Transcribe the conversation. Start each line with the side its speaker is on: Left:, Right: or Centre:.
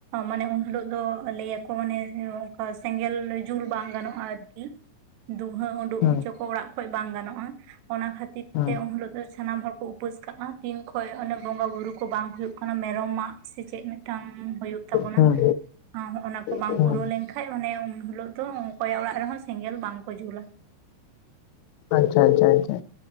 Right: ᱢᱟᱱᱮ ᱩᱱᱦᱤᱞᱳᱜ ᱫᱚ ᱞᱟᱹᱭᱟ ᱠᱚ ᱢᱟᱱᱮ ᱚᱱᱠᱟ ᱥᱮᱸᱜᱮᱞ ᱡᱩᱞ ᱵᱟᱝ ᱜᱟᱱᱚᱜᱼᱟ ᱟᱨᱠᱤ ᱫᱩᱸᱦᱟᱹ ᱩᱰᱩᱠ
Left: ᱦᱩᱸ
Right: ᱦᱚᱪᱚ ᱠᱚ ᱚᱲᱟᱜ ᱠᱷᱚᱡ ᱵᱟᱝ ᱜᱟᱱᱚᱜᱼᱟ ᱚᱱᱟ ᱠᱷᱟᱹᱛᱤᱨᱼᱼ ᱠᱷᱟᱹᱛᱤᱨ
Left: ᱦᱩᱸ
Right: ᱛᱮ ᱩᱱ ᱦᱤᱞᱚᱜ ᱫᱚ ᱥᱟᱱᱟᱢ ᱦᱚᱲ ᱠᱚ ᱩᱯᱟᱹᱥ ᱠᱟᱜᱼᱟ ᱛᱤᱱ ᱠᱷᱚᱡ ᱚᱱᱮ ᱵᱚᱸᱜᱟ ᱵᱩᱨᱩ ᱠᱚ ᱵᱟᱝ ᱦᱩᱭᱩᱜ ᱠᱟᱱᱟ ᱢᱮᱨᱚᱢ ᱢᱟᱜᱼᱼ ᱥᱮᱪᱮᱫ ᱢᱤᱫᱴᱟᱝ ᱦᱩᱭᱩᱜ ᱛᱟᱵᱚᱱᱟ
Left: ᱦᱩᱸ
Right: ᱦᱚᱸᱜ ᱚᱱᱟ ᱠᱚ ᱵᱟᱝ
Left: ᱦᱩᱸ
Right: ᱯᱩᱨᱟᱹᱣ ᱞᱮᱱ ᱠᱷᱟᱡ ᱚᱱᱮ ᱩᱱ ᱦᱤᱞᱚᱜ ᱫᱚ ᱚᱠᱚᱭᱟᱜ ᱚᱲᱟᱜ ᱨᱮ ᱦᱚᱸ ᱥᱮᱸᱜᱮᱞ ᱵᱟᱝ ᱠᱚ ᱡᱩᱞᱟ
Left: ᱟᱪᱪᱷᱟ ᱟᱪᱪᱷᱟ ᱟᱪᱷᱟ